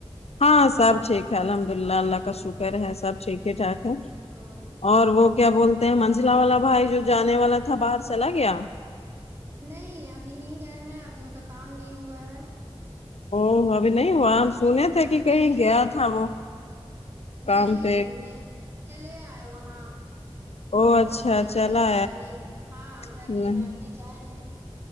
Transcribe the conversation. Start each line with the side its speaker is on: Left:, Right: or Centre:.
Left: ہاں سب ٹھیک ہے الحمد للہ اللہ کا شکر
Right: اللہ
Left: ہے سب ٹھیک
Right: کا شکر
Left: ہی ٹھاک ہے
Right: ہاں
Left: اور وہ کیا بولتے ہیں منجلا والا بھائی جو جانے والا تھا باہر چلا گیا
Right: نہیں ابھی نہیں گئے ہیں ابھی ان کا کام نہیں ہوا ہے
Left: او ابھی نہیں ہوا ہم سنے تھے
Right: ہاں
Left: کہ کہیں
Right: نہیں
Left: گیا تھا وہ کام
Right: نہیں
Left: پہ
Right: نہیں چلے آئے وہاں کچھ
Left: او
Right: دقت
Left: اچھا
Right: تھا اس
Left: چلا
Right: لیے چلے آۓ نہیں ہاں گھر
Left: آیا
Right: پہ ہیں ابھی جائیں گے